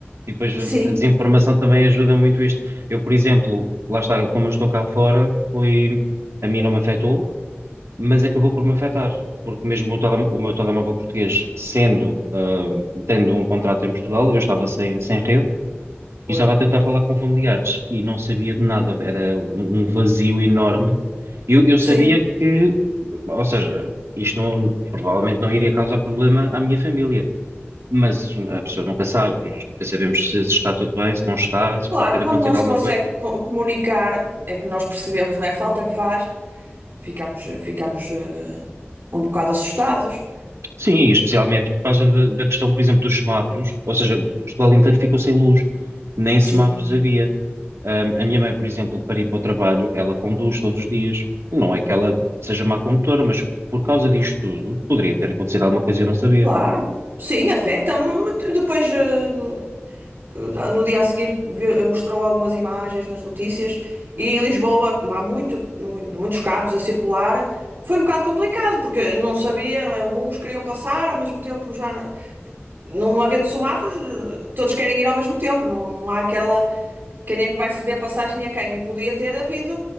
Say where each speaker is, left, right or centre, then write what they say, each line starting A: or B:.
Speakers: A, on the right; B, on the right.
A: E depois
B: Sim,
A: a desinformação também ajuda muito isto. Eu, por exemplo, lá está, como eu estou cá fora, foi. A mim não me afetou, mas acabou por me afetar, porque mesmo o, tele- o meu telemóvel português, sendo, ah, tendo um contrato em Portugal, eu estava sem, sem rede
B: pois.
A: e estava a tentar falar com familiares e não sabia de nada, era um um vazio enorme. Eu, eu sabia
B: Sim.
A: que, ou seja, isto não- provavelmente não iria causar problema à minha família, mas a pessoa nunca sabe, nós nunca sabemos se, se está tudo bem, se não está, se
B: Claro,
A: pode ter
B: quando
A: acontecido
B: não se
A: alguma
B: consegue
A: coisa.
B: co- comunicar, é que nós percebemos, não é? A falta que faz, ficamos, ficamos eh, um bocado assustados.
A: Sim, especialmente por causa da, da questão, por exemplo, dos semáforos, ou seja, Portugal inteiro ficou sem luz, nem
B: Sim,
A: semáforos havia. Ahm, a minha mãe, por exemplo, para ir para o trabalho, ela conduz todos os dias. Não é que ela seja má condutora, mas por causa disto tudo, poderia ter acontecido alguma coisa e eu não sabia.
B: claro, sim, afeta-me. mas Depois, eh, no, no dia a seguir, vi- mostrou algumas imagens nas notícias e em Lisboa, como há muito, mu- muitos carros a circular, foi um bocado complicado, porque não sabia, uns queriam passar, ao mesmo tempo já. Não, não havendo semáforos, eh, todos querem ir ao mesmo tempo. Não, não há aquela. Quem é que vai ceder passagem a quem? E podia ter havido.